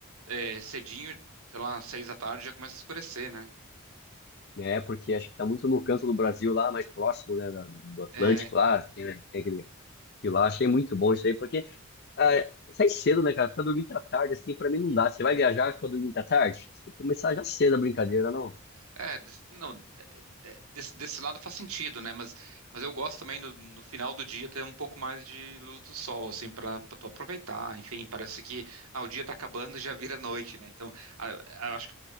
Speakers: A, on the right; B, on the left.
A: é, cedinho, sei lá, seis da tarde já começa a escurecer, né?
B: É, Porque acho que tá muito no canto do Brasil lá, mais próximo, né? da- Do Atlântico
A: É,
B: lá, tem, né, tem aquele... E lá achei muito bom isso aí, porque ah, sai cedo, né, cara? Ficar dormindo à tarde, assim, pra mim não dá. Você vai viajar, fica dormindo à tarde? Você tem que começar já cedo a brincadeira, não?
A: é, des- não, de- de- desse, desse lado faz sentido, né? Mas, mas eu gosto também no, no final do dia ter um pouco mais de luz do sol, assim, pra, pra tu aproveitar. Enfim, parece que ah, o dia tá acabando <laughs> e já vira noite, né? Então, a- a- acho que